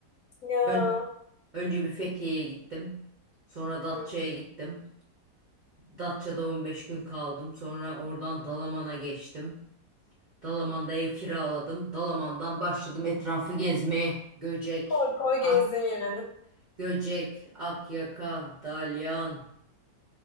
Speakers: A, on the left; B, on the right.
A: Ya
B: Ön- önce bir Fethiye'ye gittim. Sonra Datça'ya
A: hı.
B: gittim. Datça'da 15 gün kaldım. Sonra oradan Dalaman'a geçtim. Dalaman'da ev kiraladım. Dalaman'dan başladım etrafı gezmeye. Göcek,
A: koy koy gezdin
B: Ak,
A: yani.
B: Göcek, Akyaka, Dalyan.